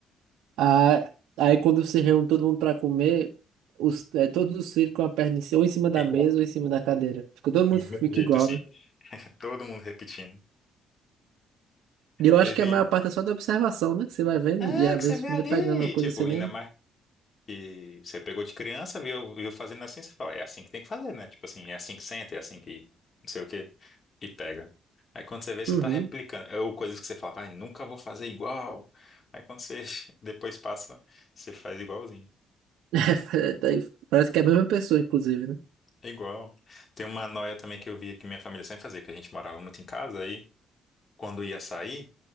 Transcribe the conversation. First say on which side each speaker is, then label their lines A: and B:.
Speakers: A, on the right; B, on the left.
A: Ah, aí quando se reúne todo mundo pra comer, os... é, todos os filhos com a perna em cima, ou em cima da
B: Igual.
A: mesa ou em cima da cadeira. Fica, todo mundo
B: Do
A: fica
B: mesmo jeito,
A: igual,
B: assim.
A: né?
B: <laughs> Todo mundo repetindo.
A: E eu acho
B: Teve.
A: que a maior parte é só da observação, né? Que você vai vendo
B: É,
A: e às
B: que
A: vezes
B: você vê
A: fica
B: ali.
A: pegando uma coisa
B: Tipo,
A: sem
B: ainda
A: nem.
B: mais. que você pegou de criança, viu, viu fazendo assim, você fala, é assim que tem que fazer, né? Tipo assim, é assim que senta, é assim que não sei o quê, e pega. Aí quando você vê, você
A: Uhum.
B: tá replicando, ou coisas que você fala, vai, nunca vou fazer igual. Aí quando você <laughs> depois passa, você faz igualzinho.
A: <laughs> daí Parece que é a mesma pessoa, inclusive, né?
B: É igual. Tem uma noia também que eu via que minha família sempre fazia, que a gente morava muito em casa, aí quando ia sair,